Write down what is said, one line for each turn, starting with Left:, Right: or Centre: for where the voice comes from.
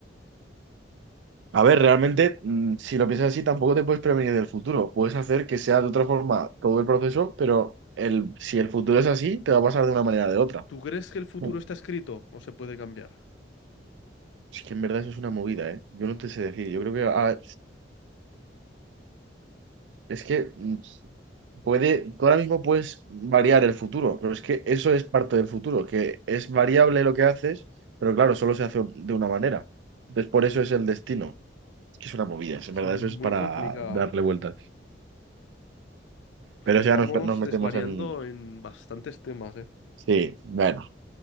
Right: A ver, realmente, mm, si lo piensas así, tampoco te puedes prevenir del futuro. Puedes hacer que sea de otra forma todo el proceso, pero el, si el futuro es así, te va a pasar de una manera o de otra.
Left: ¿Tú crees que el futuro
Right: Mm.
Left: está escrito o se puede cambiar?
Right: Es que en verdad eso es una movida, ¿eh? Yo no te sé decir. Yo creo que ah, es que mm, puede, tú ahora mismo puedes variar el futuro, pero es que eso es parte del futuro, que es variable lo que haces, pero claro, solo se hace de una manera. Entonces, por
Left: Sí,
Right: eso es el destino. que es una movida, es-
Left: es
Right: en verdad,
Left: muy
Right: eso es para
Left: complicado,
Right: darle
Left: ¿eh?
Right: vueltas.
Left: Uf,
Right: Pero ya
Left: Estamos
Right: nos, nos metemos
Left: desvariando
Right: en...
Left: en bastantes temas, ¿eh?
Right: Sí, bueno.